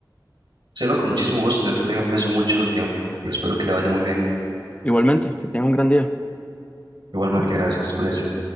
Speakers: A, on the right; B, on the left.
A: Sí, no, con muchísimo gusto. Yo también aprecio mucho su tiempo y espero que le vaya muy bien.
B: Igualmente, que tenga un gran día.
A: Igualmente, gracias. Cuídese.